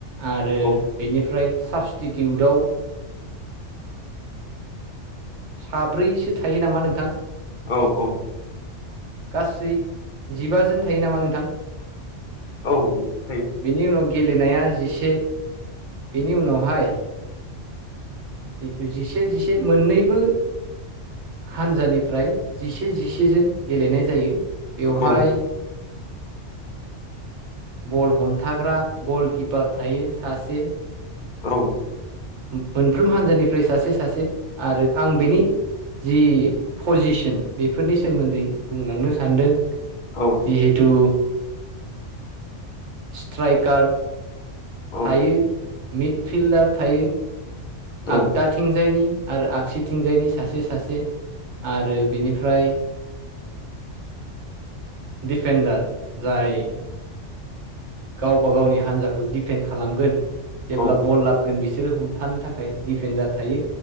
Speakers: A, on the right (about 70°); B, on the left (about 45°).
A: आरो
B: औ
A: बेनिफ्राय साबस्टिटिउटआव साब्रैसो थायो नामा नोंथां?
B: औ औ।
A: गासै जिबाजोन थायो नामा नोंथां?
B: औै थायो।
A: बेनि उनाव गेलेनाया जिसे बेनि उनावहाय। जिथु जिसे जिसे मोननैबो हानजानिफ्राय। जिसे जिसे जोन गेलेनाय जायो। बेवहाय
B: औ
A: बल हमथाग्रा गलकिपार थायो सासे।
B: औ
A: मोनफ्रोम हानजानिफ्राय सासे सासे आरो आं बेनि। जि पजिसन बेफोरनि सोमोन्दै बुंलांनो सान्दों।
B: औ
A: जिहेतु स्ट्राइकार
B: औ
A: थायो मिडफिल्डार थायो
B: औ
A: आगदाथिंजायनि आरो आगसिथिंजायनि सासे सासे आरो बिनिफ्राय। डिफेडार जाय। गावबा गावनि हान्जाखौ डिफेन्ड खालामगोन जेब्ला
B: औ
A: बल लाबगोन बिस सोरो हमथानो थाखाय डिफेन्डार थायो